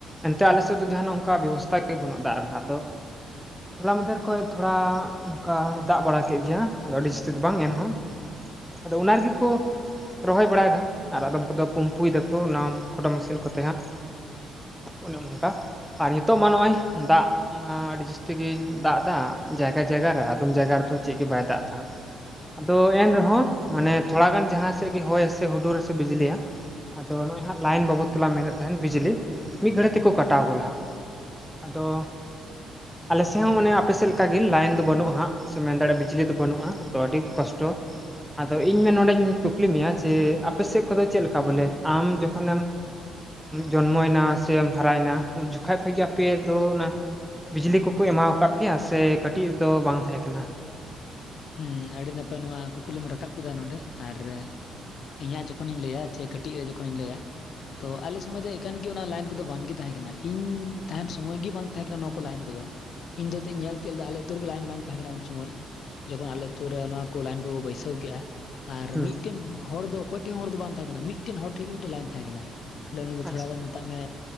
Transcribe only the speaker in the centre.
ᱮᱱᱛᱮ ᱟᱞᱮ ᱥᱮᱫ ᱫᱚ ᱡᱟᱦᱟᱱᱟᱜ ᱚᱱᱠᱟ ᱵᱮᱵᱚᱥᱛᱷᱟ ᱜᱮ ᱵᱟᱹᱱᱩᱜ ᱫᱟᱜ ᱨᱮᱱᱟᱜ ᱫᱚ ᱾ ᱦᱚᱞᱟ ᱢᱟᱫᱷᱮᱨ ᱠᱷᱚᱡ ᱛᱷᱚᱲᱟ ᱚᱱᱠᱟ ᱫᱟᱜ ᱵᱟᱲᱟ ᱠᱮᱫ ᱜᱮᱭᱟ ᱟᱫᱚ ᱟᱹᱰᱤ ᱡᱟᱹᱥᱛᱤ ᱫᱚ ᱵᱟᱝ ᱮᱱᱦᱚᱸ ᱾ ᱟᱫᱚ ᱚᱱᱟ ᱨᱮᱜᱮ ᱠᱚ ᱨᱚᱦᱚᱭ ᱵᱟᱲᱟᱭᱮᱫᱟ ᱟᱨ ᱟᱫᱚᱢ ᱠᱚᱫᱚ ᱯᱩᱢᱯᱩᱭ ᱮᱫᱟᱠᱚ ᱚᱱᱟ ᱠᱷᱴᱳ ᱢᱮᱥᱤᱱ ᱠᱚᱛᱮ ᱦᱟᱸᱜ ᱚᱱᱮ ᱚᱱᱠᱟ ᱟᱨ ᱱᱤᱛᱳᱜ ᱢᱟ ᱱᱚᱜ-ᱚᱭ ᱫᱟᱜ ᱟᱹᱰᱤ ᱡᱟᱹᱥᱛᱤ ᱜᱮ ᱫᱟᱜ ᱮᱫᱟ ᱡᱟᱭᱜᱟ ᱡᱟᱭᱟᱨ ᱨᱮ ᱟᱫᱚᱢ ᱡᱟᱭᱜᱟ ᱨᱮᱫᱚ ᱪᱮᱫ ᱜᱮ ᱵᱟᱭ ᱫᱟᱜ ᱮᱫᱟ ᱟᱫᱚ ᱮᱱᱨᱮᱦᱚᱸ ᱢᱟᱱᱮ ᱛᱷᱚᱲᱟ ᱜᱟᱱ ᱡᱟᱦᱟᱸ ᱥᱮᱫ ᱜᱮ ᱦᱚᱭ ᱟᱥᱮ ᱦᱩᱰᱩᱨ ᱥᱮ ᱵᱤᱡᱽᱞᱤᱭᱟ ᱟᱫᱚ ᱱᱚᱜ-ᱚᱭ ᱦᱟᱸᱜ ᱞᱟᱭᱤᱱ ᱵᱟᱵᱚᱫ ᱛᱮᱞᱟᱝ ᱢᱮᱱᱮᱫ ᱛᱟᱦᱮᱸᱫ ᱵᱤᱡᱽᱞᱤ ᱢᱤᱫ ᱜᱷᱟᱹᱲᱤᱡ ᱛᱮᱠᱚ ᱠᱟᱴᱟᱣ ᱜᱚᱞᱟ ᱦᱟᱸᱜ ᱾ ᱟᱫᱚ ᱟᱞᱮ ᱥᱮᱫ ᱦᱚᱸ ᱚᱱᱮ ᱟᱯᱮ ᱥᱮᱫ ᱞᱮᱠᱟ ᱜᱮ ᱞᱟᱭᱤᱱ ᱫᱚ ᱵᱟᱹᱱᱩᱜᱟ ᱦᱟᱸᱜ ᱥᱮᱢ ᱢᱮᱱ ᱫᱟᱲᱮᱭᱟᱜ-ᱟ ᱵᱤᱡᱞᱤ ᱫᱚ ᱵᱟᱹᱱᱩᱜ-ᱟ ᱟᱫᱚ ᱟᱹᱰᱤ ᱠᱚᱥᱴᱚ ᱟᱫᱚ ᱤᱧ ᱢᱮ ᱱᱚᱰᱮᱧ ᱠᱩᱠᱞᱤ ᱢᱮᱭᱟ ᱡᱮ ᱟᱯᱮ ᱥᱮᱫ ᱠᱷᱚᱱ ᱫᱚ ᱪᱮᱫ ᱞᱮᱠᱟ ᱵᱚᱞᱮ ᱟᱢ ᱡᱚᱠᱷᱚᱱᱮᱢ ᱡᱚᱱᱢᱚᱭ ᱮᱱᱟ ᱥᱮᱢ ᱦᱟᱨᱟᱭ ᱮᱱᱟ ᱩᱱ ᱡᱚᱠᱷᱟᱡ ᱠᱷᱚᱱ ᱜᱮ ᱟᱯᱮ ᱫᱚ ᱚᱱᱟ ᱾ ᱵᱤᱡᱽᱞᱤ ᱠᱚᱠᱚ ᱮᱢᱟᱣ ᱟᱠᱟᱫ ᱯᱮᱭᱟ ᱥᱮ ᱠᱟᱹᱴᱤᱡ ᱫᱚ ᱵᱟᱝ ᱛᱟᱦᱮᱸ ᱠᱟᱱᱟ
ᱦᱩᱸ
ᱟᱪᱪᱷᱟ